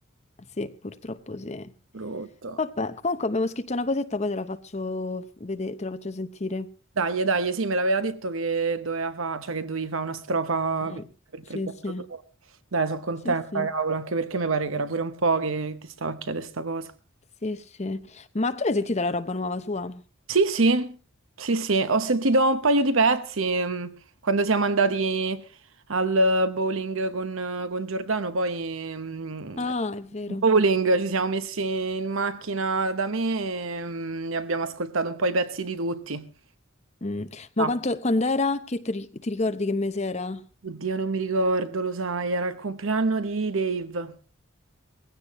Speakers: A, on the left; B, on the right.
A: Sì, purtroppo sì.
B: brutto.
A: Vabbè, comunque abbiamo scritto una cosetta, poi te la faccio vedere, te la faccio sentire.
B: Dai, dai, sì, me l'aveva detto che doveva fa, cioè che dovevi fare una strofa
A: Mm.
B: per
A: Sì,
B: per il progetto
A: sì.
B: tuo. Dai, sono contenta,
A: Sì, sì.
B: cavolo, anche perché mi pare che era pure un po' che ti stava a chiedere sta cosa.
A: Sì, sì. Ma tu l'hai sentita la roba nuova sua?
B: Sì, sì, sì, sì, ho sentito un paio di pezzi mh, quando siamo andati al bowling con, con Giordano, poi mh,
A: Ah, è vero.
B: bowling ci siamo messi in macchina da me e, mh, e abbiamo ascoltato un po' i pezzi di tutti.
A: Mm. Ma
B: No,
A: quanto, quando era? Che ti, ri- ti ricordi che mese era?
B: Oddio, non mi ricordo, lo sai, era il compleanno di Dave.